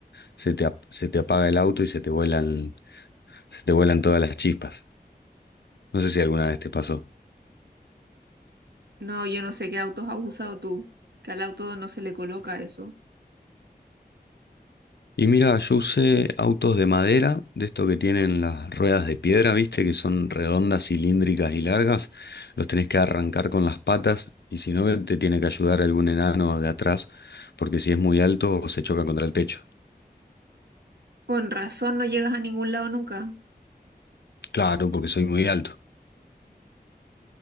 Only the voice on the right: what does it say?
No, yo no sé qué autos has usado tú, que al auto no se le coloca eso.
Con razón no llegas a ningún lado nunca.